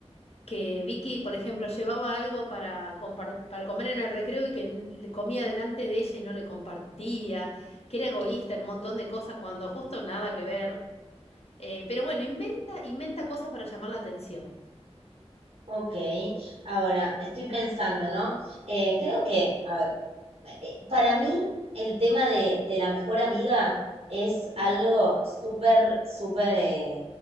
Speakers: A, on the left; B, on the right.
A: que Vicky, por ejemplo, llevaba algo para, compar- para comer en el recreo y que n- le comía delante de ella y no le compartía, que era egoísta en un montón de cosas cuando justo nada que ver. Eh, pero bueno, inventa, inventa cosas para llamar la atención.
B: Ok. Ahora, estoy pensando, ¿no? Eh, creo que, a ver, eh, para mí el tema de, de la mejor amiga es algo
A: Mm,
B: súper, súper eh,